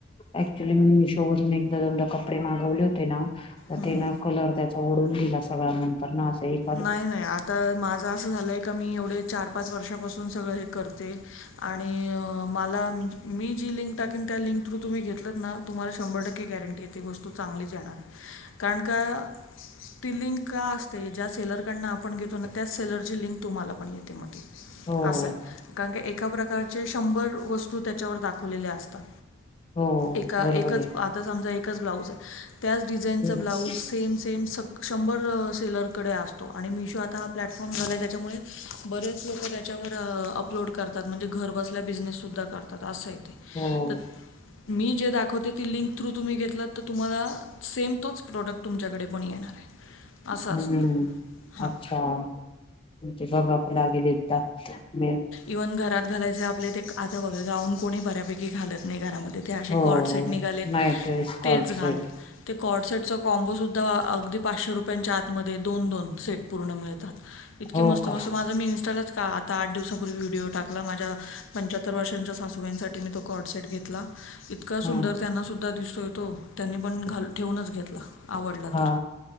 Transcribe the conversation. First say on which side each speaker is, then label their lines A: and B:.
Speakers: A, on the left; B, on the left.
A: ऍक्च्युली मी मिशो वरून एकदा दोनदा कपडे मागवले होते ना.
B: हं
A: ते ना कलर त्याचा उडून गेला सगळा. नंतर ना अस एक
B: नाही नाही आता माझं असं झालंय का, मी एवढे चार पाच वर्षापासून सगळं हे करते. आणि मला मी जी लिंक टाकेन त्या लिंक थ्रू तुम्ही घेतलत ना. तुम्हाला शंभर टक्के गॅरंटी आहे ती वस्तू चांगलीच येणार आहे. कारण का ती लिंक का असते, ज्या सेलरकडून आपण घेतो ना त्याच सेलरची लिंक तुम्हाला पण येते मग ती.
A: हो
B: असय कारण कि, एका प्रकारचे शंभर वस्तू त्याच्यावर दाखवलेल्या असतात.
A: हो
B: एका
A: बरोबर
B: एकच
A: आहे
B: आता समजा एकच ब्लाऊज हाय त्याच डिझाईनचा
A: हम्म,
B: ब्लाऊज सेम सेम शंभर असेल. कडे असतो. आणि मिशो आता हा प्लॅटफॉर्म झाला आहे त्याच्यामुळे बरेच लोक त्या च्या वर अपलोड करतात म्हणजे घर बसल्या बिनेस सुद्धा करतात. असं हाय ते
A: हो
B: तर मी जे दाखवते ती लिंक थ्रू तुम्ही घेतलं तर तुम्हाला सेम तोच प्रोडक्ट तुमच्याकडे पण येणार आहे असं असतं
A: हम्म अच्छा,
B: हां
A: म्हजे बघाव लागेल एकदा म
B: इव्हन घरात घालायचे आपले ते आता बघा जाऊन कोणी बऱ्यापैकी घालत नाही घरामध्ये ते असे
A: हो
B: कॉडसेट निघालेत
A: नाही ड्रेस कॉड
B: तेच घाल
A: सेट
B: ते कॉर्डसेटचा कॉ्बो सुद्धा अगदी पाचशे रुपयांच्या आतमध्ये. दोन दोन सेट पूर्ण मिळतात इतके
A: हो
B: मस्त
A: का
B: माल. आता मी इन्स्टाच आठवसापूर्वी व्हिडडीओ टाकला माझ्या पंच्याहत्र वर्षच्या सासूबाईंसाठी मी तो कॉड सेट घेतो. इतका सुंदर
A: ह
B: त्यांना सुद्धा दिसतो येतो, त्यांनी पण घाल ठेवूनच घेतला. आवडलं
A: हा
B: तर,